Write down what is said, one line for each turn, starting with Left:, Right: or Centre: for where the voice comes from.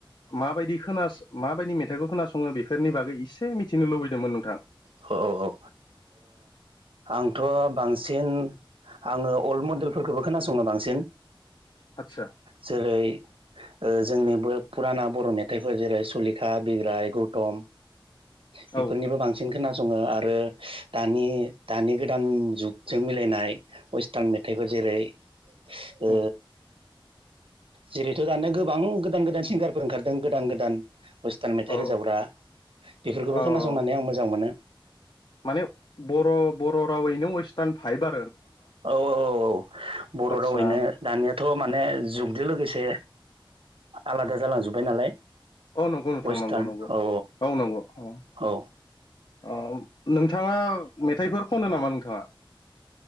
Left: माबायदि खोनास माबायदि मेथाइखौ खोनासङो बेफोरनि बागै इसे मिथिनो लुबैदोंमोन नोंथां।
Right: औ औ औ ओ आंथ' बांसिन आङो अल्ड मडेलफोरखोबो खोनासङो बांसिन।
Left: आदसा
Right: जेरै ओ जोंनि बो फुराना बर' मेथाइफोर जेरै सुलिखा बिग्राय गौतम बेफोरनिबो
Left: औ
Right: बांसिन खोनासङो आरो दानि-दानि गोदान जुगजों मिलायनाय वेस्टार्न मेथाइ बेबो जेरै ओ
Left: अ
Right: जेरैथ' दानो गोबां गोदान गोदान सिंगारफोर ओंखारदों गोदान गोदान वेस्टार्न मेथाइ
Left: अ
Right: रोजाबग्रा बेफोरखौबो
Left: अ
Right: खोनासंनानै आं मोजां मोनो।
Left: माने बर'-बर'रावैनो वेस्टार्न भाइबा
Right: औ औ औ औ बर'
Left: आदसा
Right: रावैनो दानिया थ' माने जुगदो लोगोसे आलादा जालांजुबबाय नालाय।
Left: औ नंगौ नोंथा
Right: वेस्टार्न
Left: नंगौ नंगौ
Right: औ
Left: औ नंगौ अ
Right: औ
Left: अ नोंथाङा मेथाइफोर ख'नो नामा नोंथाङा?